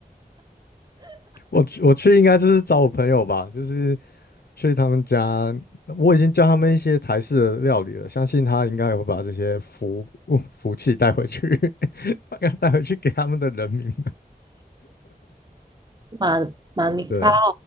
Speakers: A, on the left; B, on the right.
A: 我去我去应该就是找我朋友吧，就是去他们家，我已经教他们一些台式的料理了，相信他应该也会把这些福福气带回去，<laughs> 把它带回去给他们的人民们。
B: 马马尼拉。
A: 对啊，